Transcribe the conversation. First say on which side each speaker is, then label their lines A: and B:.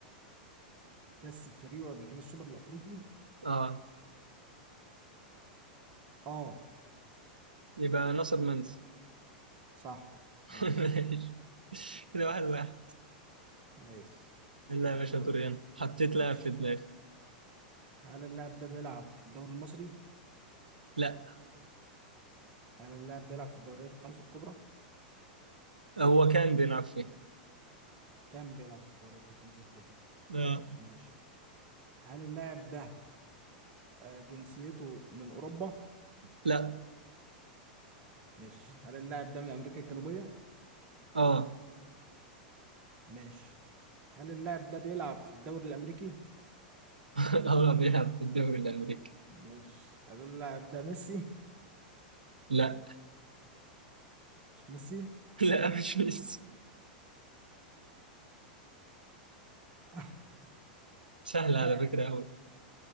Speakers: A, on the right (about 30°); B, on the right (about 80°).
A: كسب فريقه قبل كده السوبر الافريقي
B: اه
A: اه
B: يبقى ناصر منسي
A: صح
B: <laughs>
A: ماشي
B: ماشي كده واحد واحد
A: ماشي
B: لا
A: دورك
B: يا باشا دوري أنا حطيت
A: ماشي
B: لاعب في دماغي
A: هل اللاعب ده بيلعب في الدوري المصري؟
B: لا
A: هل اللاعب بيلعب في الدوريات الخمسة الكبرى؟
B: هو كان بيلعب فين؟
A: كان بيلعب في الدوريات الخمسة الكبرى
B: اه
A: ماشي هل اللاعب ده آه، جنسيته من أوروبا؟
B: لا
A: ماشي هل اللاعب ده من أمريكا الجنوبية؟
B: اه
A: ماشي هل اللاعب ده بيلعب في الدوري الأمريكي؟
B: <laughs> هو بيلعب في الدوري الأمريكي
A: ماشي هل اللاعب ده ميسي؟
B: لا <laughs>
A: مش ميسي؟
B: لا مش ميسي
A: <laughs>
B: سهل على
A: لاعب
B: فكرة أوي